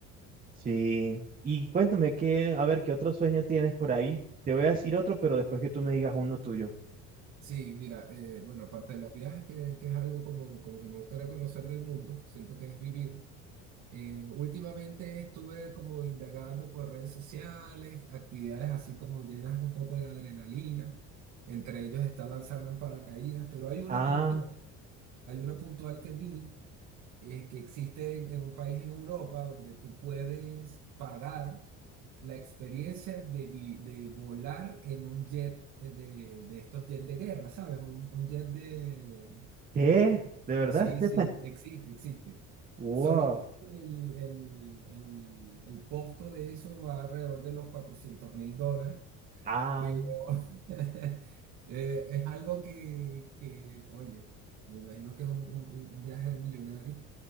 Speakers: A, on the right (about 30°); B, on the right (about 65°).
A: Sí. Y cuéntame qué, a ver, qué otro sueño tienes por ahí. Te voy a decir otro, pero después que tú me digas uno tuyo.
B: Sí, mira, eh, bueno, aparte de los viajes, que, que es algo como, como que me gustaría conocer del mundo, siento que es vivir. eh, últimamente estuve como indagando por redes sociales, actividades así como llenas un poco de adrenalina. Entre ellos está lanzarme en paracaídas, pero hay una
A: Ah,
B: puntual, hay una puntual que vi eh, que existe en en un país en Europa donde tú puedes pagar la experiencia de, vi- de volar en un jet eh, de, de estos jets de guerra, ¿sabes? Un, un jet de...
A: ¿qué? ¿De verdad?
B: Sí,
A: <laughs>
B: sí, existe, existe.
A: Wow.
B: Solo que el, el, el, el costo de eso va alrededor de los 400 mil dólares,
A: Ah,
B: pero <laughs> eh, es algo que, que, oye, me imagino que es un, un- un viaje de millonario.